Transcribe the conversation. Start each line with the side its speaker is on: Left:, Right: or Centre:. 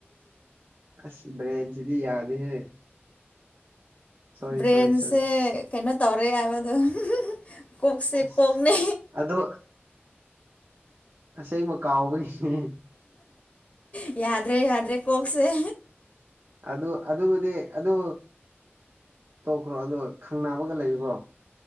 Right: ꯑꯁ ꯕ꯭ꯔꯦꯟꯁꯤꯗꯤ ꯌꯥꯗꯦꯍꯦ ꯁꯣꯔꯤ
Left: ꯕ꯭ꯔꯦꯟꯁꯦ
Right: ꯁꯣꯔꯤ ꯁꯣꯔꯤ
Left: ꯀꯩꯅꯣ ꯇꯧꯔꯦ ꯍꯥꯏꯕꯗꯣ ꯀꯣꯛꯁꯦ
Right: ꯑꯁ
Left: ꯀꯣꯛꯅꯦ
Right: ꯑꯗꯣ ꯑꯁꯦꯡꯕ ꯀꯥꯥꯎꯕꯒꯤꯅꯦ
Left: ꯌꯥꯗ꯭ꯔꯦ ꯌꯥꯗ꯭ꯔꯦ ꯀꯣꯛꯁꯦ
Right: ꯑꯗꯨ ꯑꯗꯨꯕꯨꯗꯤ ꯑꯗꯨ ꯇꯣꯛꯈ꯭ꯔꯣ ꯑꯗꯨ ꯈꯪꯅꯕꯒ ꯂꯩꯕ꯭ꯔꯣ